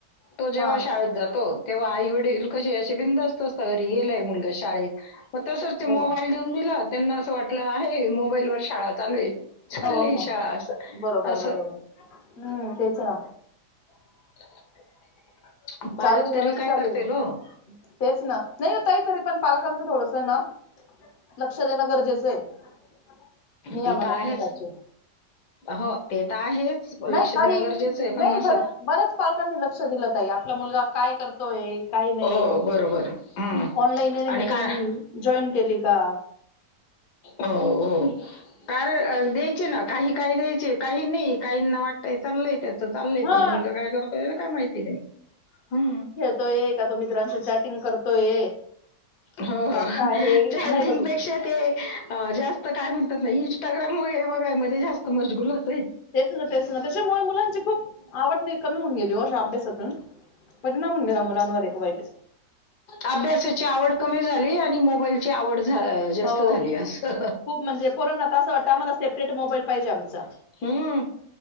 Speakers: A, on the left; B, on the left.
A: तो जेव्हा
B: हां
A: शाळेत जातो. तेव्हा आई वडील कसे असे बिंदास्त असतात घरी गेलाय मुलगा शाळेत मग तसंच ते
B: बरोबर.
A: मोबाईल. त्यांना अस वाटलं आहे. मोबाईल वर शाळा चालू चालली
B: हो हो.
A: शाळा.
B: बरोबर
A: असं
B: बरोबर हम्म तेच ना.
A: <inaudible> पालक
B: चालू आहे म्हणून
A: तरी काय
B: चालू
A: करतील
B: आहे
A: हो
B: हेच ना नाही ताई तरी पण पालकांचं थोडस ना. लक्ष देणं गरजेचं आहे मी या
A: ते
B: <unintelligible>
A: तर आहेच
B: मताचे
A: हो ते तर आहेच लक्ष
B: नाही काही
A: देणे गरजेचे आहे पण
B: नाही
A: मस.
B: बरच बऱ्याच पालकांनी लक्ष दिलंत ताई आपला मुलगा काय करतोय. काही नाही
A: हो बरोबर हम्म
B: ऑनलाईनने
A: आणि
B: मीटिंग
A: काय
B: जॉईन केली का.
A: हो हो, कार द्यायचे ना काही काही द्यायचे काही नाही काहीना वाटतंय चाललंय त्याच. चालय
B: हा
A: पण मुलगा काय करतोय ना काय माहिती नाही हम्,
B: य का तो मित्रांशी चॅटिंग करतोय.
A: हो
B: का
A: हो,
B: काय हे
A: चॅटिंगपेक्षा
B: नाही बघितलं
A: ते जास्त. काय म्हणतात नाही इंस्टाग्राम वगैरे बघाय मध्ये जास्त मजगुलत.
B: तेच ना तेच ना त्याच्यामुळे मुलांची खूप आवड नाही कमी होऊन गेली अशा अभ्यासातून. परिणाम होऊन गेला मुलांवर एक वाईट.
A: अभ्यासाची आवड कमी झाली आणि मोबाईलची आवड झा''--'' जास्त
B: हो
A: झाली असं.
B: खूप म्हणजे पोरांना असं वाटतं आम्हाला सेपरेट मोबाईल पाहिजे आमचा.
A: हम्म,